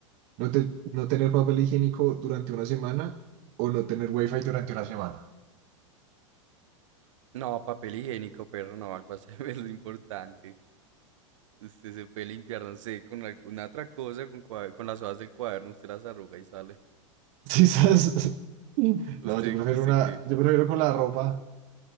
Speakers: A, on the right; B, on the right.
A: ¿No, te- no tener papel higiénico durante una semana o no tener wifi durante una semana?
B: No, papel higiénico, perro, no, algo así <laughs> es lo importante. Usted se puede limpiar, no sé, con alguna otra cosa, con, cua- con las hojas del cuaderno, usted las arruga y sale.
A: <laughs> Quizás.
B: ¿Usted,
A: No, yo prefiero
B: usted
A: una,
B: qué?
A: yo prefiero con la ropa,